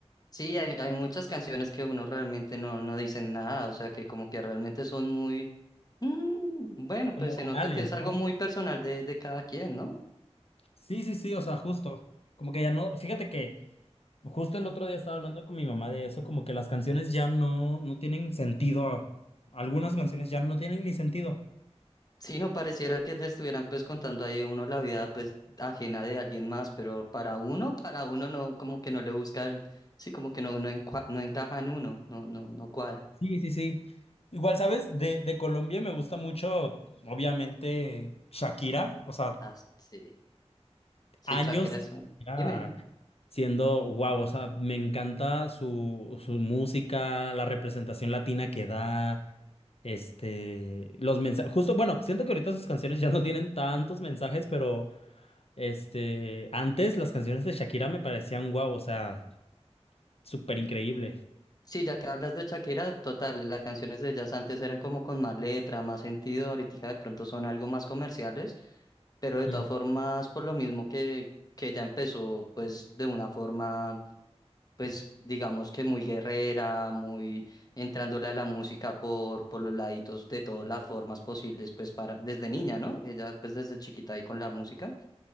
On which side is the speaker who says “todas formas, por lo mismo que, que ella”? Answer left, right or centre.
Left